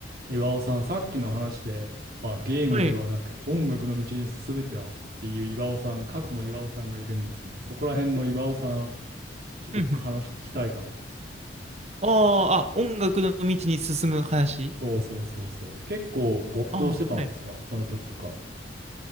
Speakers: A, on the right; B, on the right.
A: 岩尾さん、さっきの話で、まあ、ゲームではなく音楽の道に進めてはっていう岩尾さん、
B: はい。
A: 過去の岩尾さんがいるんですけど、そこら辺の岩尾さん、ちょっと僕話聞きたいかもです。
B: うんうん。あああ、音楽の道に進む話
A: そうそうそうそう。結構没頭してたんですかその時とか。
B: ああはい。